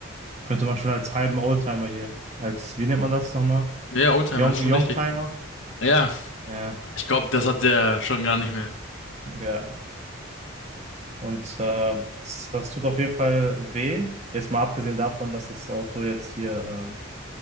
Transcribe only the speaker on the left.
Ja, ja, Oldtimer
ist schon
richtig. Ja,
ich glaube, das hat der schon gar nicht mehr.